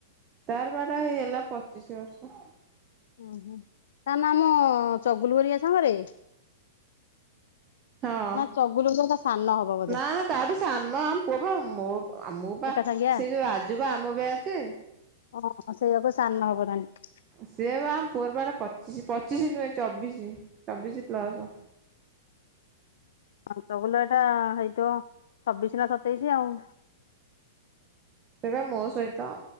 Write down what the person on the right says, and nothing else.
ତାର ବା ଏଟା ହେଇ ହେଲା ପଚିଶି ବର୍ଷ।
ହଁ
ନା ନା ତାଠୁ ସାନ। ଆମ ପୁଅ ପା ମୋ-ମୋପା
ସେ ଯୋଉ ରାଜୁ ବା ଆମ ବ୍ୟାଚେ।
ସିଏ ବା ଆମ ପୁଅର ବା ଏଇଟା ପଚିଶି, ପଚିଶି ନୁହେଁ ଚବିଶି ଚବିଶି ପ୍ଲସ।
ସେ ବା ମୋ ସହିତ